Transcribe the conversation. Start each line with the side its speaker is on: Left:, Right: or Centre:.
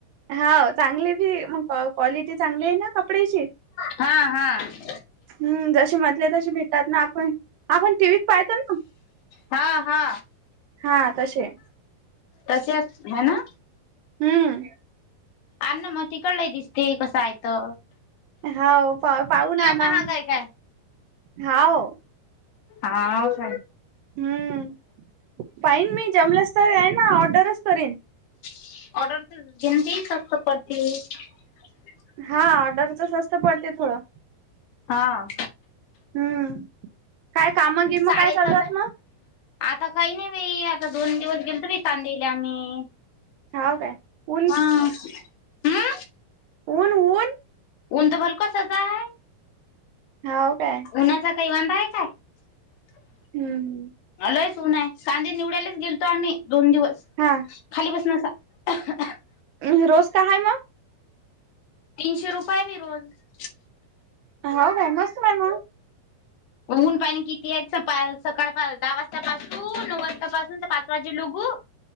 Right: हा चांगले बी मग क्वालिटी चांगली आहे ना कपड्याची.
Left: हा हा
Right: हम्म जसे म्हटले तसे भेटात ना आपण आपण टीव्ही पाहतो ना
Left: हा हा
Right: हा तसे.
Left: तसे ह ना.
Right: हम्म
Left: अन म तिकळ दिस्ते कस आयतो.
Right: होव पा पाहु ना आता
Left: महाग आहे काय?
Right: हाव.
Left: हाव <inaudible>
Right: हम्म पाहीन मी जमलंस तर आहे ना ऑर्डरच करीन.
Left: ऑर्डर तर घेन <inaudible>
Right: हां ऑर्डरच जास्त पडतंय थोडं.
Left: हा.
Right: हम्म काय कामं गीमं
Left: साडे
Right: काय चालू
Left: तर
Right: आहे मग?
Left: आता काही नाही बाई आता दोन दिवस गेलतो बाई <inaudible>
Right: हाव काय? <inaudible>
Left: हा. हम्म
Right: ऊन ऊन
Left: उंटरव्ह्यल कशाचा आहे?
Right: हाव काय?
Left: उन्हाचा काही वांदा हाय काय? <inaudible>
Right: हम्म हं
Left: अ लयच ऊनय कांदे निवडायलाच गेलतो आम्ही दोन दिवस,
Right: हां,
Left: खाली बसना असं. <inaudible>
Right: अह रोज काय हाय मग?
Left: तीनशे रुपयेनी रोज.
Right: हा बाई मस्त बाई मग.
Left: ऊन पाहीना किती आहे? सकाळ सकाळ पा दहा वाजतापासून तू नऊ वाजतापासून ते पाच वाजे लुगू.